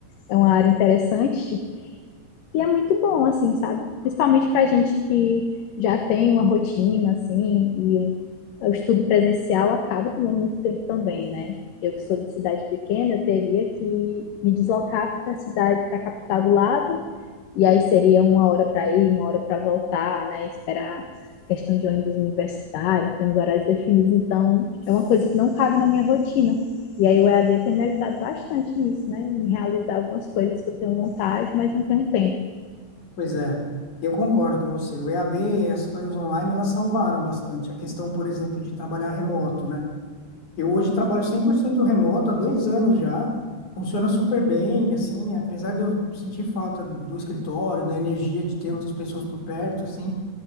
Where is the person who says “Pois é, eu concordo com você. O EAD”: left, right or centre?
Left